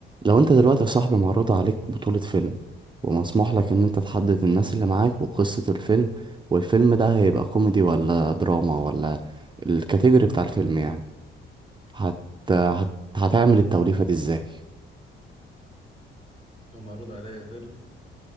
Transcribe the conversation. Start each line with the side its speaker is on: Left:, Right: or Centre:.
Right: لو انت دلوقتي يا صاحبي معروض عليك بطولة فيلم ومسموح لك ان انت تحدد الناس اللي معاك وقصة الفيلم والفيلم ده هيبقى كوميدي ولا دراما ولا الكاتيجوري بتاع الفيلم يعني هت... هت... هتعمل التوليفة دي ازاي
Left: لو معروض عليا فيلم